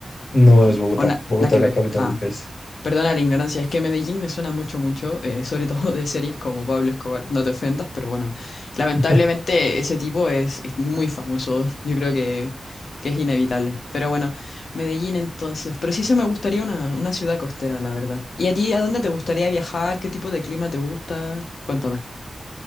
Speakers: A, on the left; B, on the left.
A: no
B: O, n-
A: es Bogotá.
B: o na-
A: Bogotá
B: nada que
A: es la
B: ver.
A: capital
B: Ah.
A: del país.
B: Perdona la ignorancia, es que Medellín me suena mucho, mucho, eh, sobre todo de series como Pablo Escobar, no te ofendas, pero bueno, lamentablemente
A: <laughs>
B: ese tipo es, es muy famoso, yo creo que, que es inevitable. Pero bueno, Medellín entonces, pero sí se me gustaría una, una ciudad costera, la verdad. ¿Y a ti a dónde te gustaría viajar? ¿Qué tipo de clima te gusta? Cuéntame.